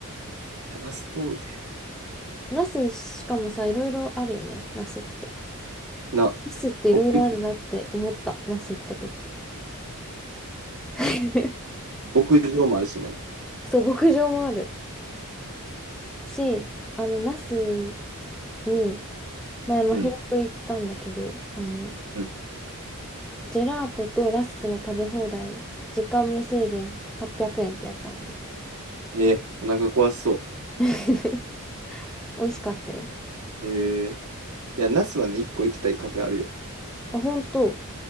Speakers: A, on the right; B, in the centre.
A: いや、那須遠いで。
B: 那須しかもさ、いろいろあるよね。那須って。
A: な、
B: 那須っていろいろあるなって思った。
A: 牧
B: 那須行った時。<laughs>
A: 牧場もあるしね。
B: そう、牧場もあるし、あの、那須に、前、真宙と行ったんだけど、
A: うん。
B: あの、
A: うん。
B: ジェラートとラスクの食べ放題、時間無制限800円ってやつあんの。
A: えーお腹壊しそ
B: <laughs> 美味しかったよ。
A: う。えーいや、ナスはね、一個行きたいカフェあるよ。
B: あ、本当。